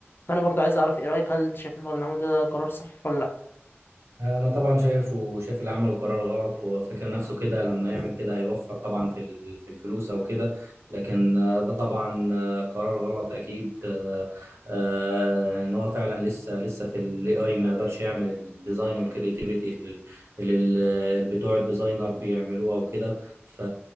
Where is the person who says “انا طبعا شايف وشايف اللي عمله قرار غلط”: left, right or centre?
Right